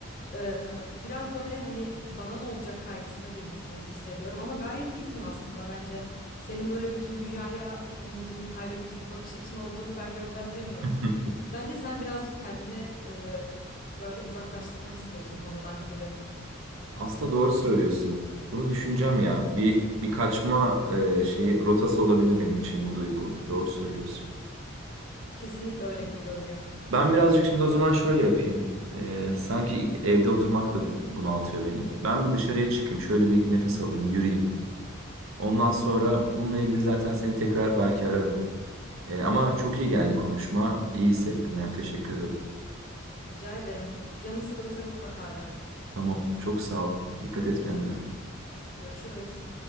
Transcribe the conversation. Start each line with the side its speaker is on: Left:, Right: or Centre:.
Left: Ee, biraz böyle hani bana ne olacak kaygısına girmişsin gibi hissediyorum ama gayet iyisin aslında bence. Senin böyle bütün dünyaya umudunu kaybetmiş bir bakış açın olduğunu ben gözlemlemiyorum.
Right: <laughs>
Left: Bence sen birazcık kendini e, böyle uzaklaştırmak istiyorsun konudan gibi.
Right: Aslında doğru söylüyorsun. Bunu düşüneceğim ya. Bir bir kaçma e, şeyi rotası olabilir benim için bu duygu. Doğru söylüyorsun.
Left: Kesinlikle öyle gibi görünüyor.
Right: Ben birazcık şimdi o zaman şöyle yapayım. Ee, sanki evde oturmak da bunaltıyor beni. Ben bir dışarıya çıkayım, şöyle bir nefes alayım, yürüyeyim. Ondan sonra bununla ilgili zaten seni tekrar belki ararım. Ee, ama çok iyi geldi konuşma. İyi hissettim yani teşekkür ederim.
Left: Rica ederim. Canın sıkılırsa mutlaka ara.
Right: Tamam, çok sağ ol. Dikkat et kendine.
Left: Görüşürüz.